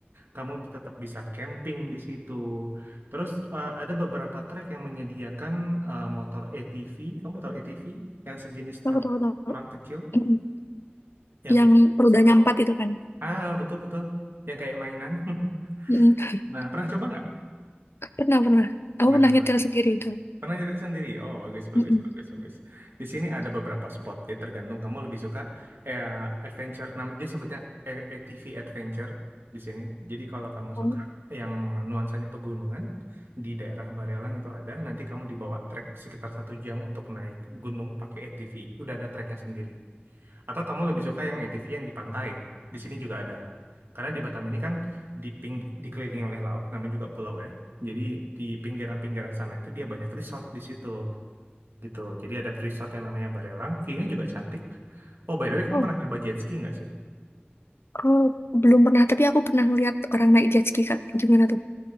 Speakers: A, on the right (about 65°); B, on the left (about 80°).
A: kamu tetap bisa camping di situ. Terus eh, ada beberapa trek yang menyediakan eh, motor ATV, kamu tahu ATV? Yang sejenis
B: Tahu,
A: truk
B: tahu, tahu.
A: orang kecil,
B: <clears throat> Mm-mm.
A: yang
B: Yang
A: bisa
B: rodanya
A: satu.
B: empat itu kan.
A: Ah, betul, betul. Yang kayak mainan. <laughs>
B: Mm-mm. <laughs>
A: Nah, pernah coba nggak?
B: Pernah, pernah. Aku
A: Pernah
B: pernah
A: coba.
B: nyetir sendiri itu.
A: Pernah nyetir sendiri? Oh, bagus, bagus,
B: Mm-mm.
A: bagus, bagus. Di sini ada beberapa spot. Jadi tergantung kamu lebih suka eh, adventure. Nam, dia sebutnya A- ATV adventure di sini. Jadi kalau kamu
B: Oh,
A: suka yang nuansanya pegunungan di daerah Barelang itu ada. Nanti kamu dibawa trek sekitar satu jam untuk naik gunung pakai ATV. Udah ada treknya sendiri. Atau kamu lebih suka yang ATV yang di pantai? Di sini juga ada. Karena di Batam ini kan di ping, dikelilingi oleh laut, namanya juga pulau ya. Jadi di pinggiran-pinggiran sana itu dia banyak resort di situ gitu. Jadi ada resort yang namanya Barelang, view-nya juga cantik. Oh, by the way, kamu
B: oh.
A: pernah coba jet ski nggak sih?
B: Oh, belum pernah. Tapi aku pernah ngeliat orang naik jet ski Kak. Gimana tuh